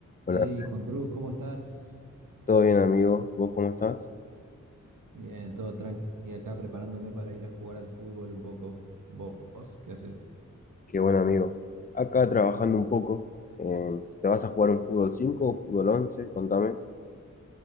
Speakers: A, on the left; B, on the right.
A: Hola,
B: Hey, Juan Cruz, ¿cómo estás?
A: ¿todo bien amigo? ¿Vos cómo estás?
B: Bien, todo tranqui acá preparándome para ir a jugar al fútbol un poco. ¿Vos vos qué haces?
A: Qué buen amigo. Acá trabajando un poco. eh, ¿te vas a jugar un fútbol 5 o fútbol once? Contame.